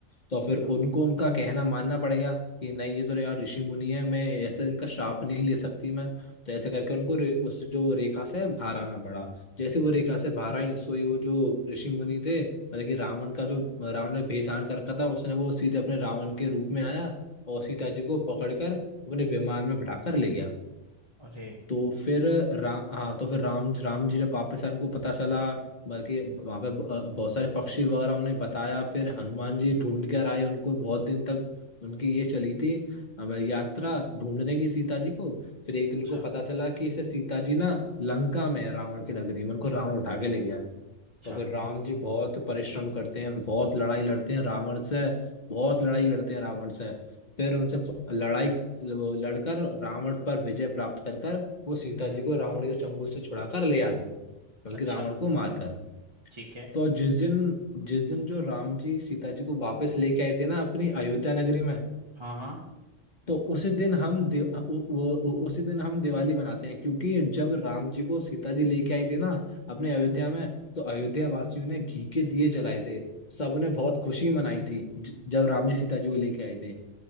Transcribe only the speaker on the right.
अच्छा
अरे
अच्छा
अच्छा
हम्म
अच्छा
ठीक है
हाँ हाँ
हम्म